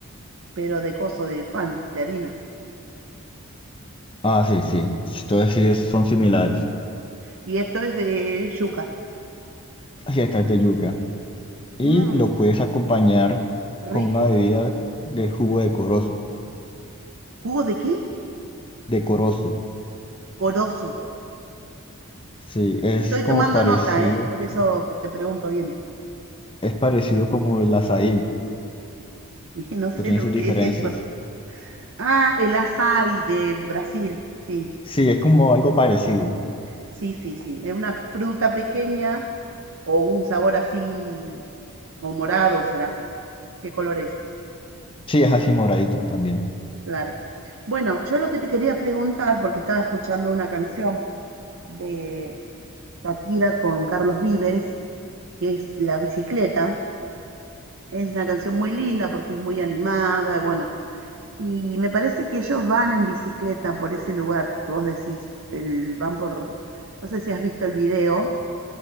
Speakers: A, on the right; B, on the left.
A: pero de coso, de pan, de harina.
B: Ah, sí, sí. Entonces sí, es- son similares.
A: Y esto es de yuca.
B: Así esta es de yuca. Y
A: Mm,
B: lo puedes acompañar con
A: rico.
B: una bebida de jugo de corozo.
A: ¿Jugo de qué?
B: De corozo.
A: Corozo.
B: Sí, es
A: Estoy
B: como
A: tomando
B: parecido,
A: nota, ¿eh? Por eso te pregunto bien.
B: es parecido como el azaí,
A: <laughs> No sé
B: pero tiene
A: lo
B: sus
A: que
B: diferencias.
A: es eso. Ah, el açaí de Brasil. Sí,
B: Sí, es como algo parecido.
A: sí, sí, sí. Es una fruta pequeña o un sabor así, o morado será. ¿Qué color es?
B: Sí, es así moradito también.
A: Claro. Bueno, yo lo que te quería preguntar, porque estaba escuchando una canción de Shakira con Carlos Vives, que es La bicicleta. Es una canción muy linda porque es muy animada, y bueno, Y me parece que ellos van en bicicleta por ese lugar que vos decís, el, van por, no sé si has visto el video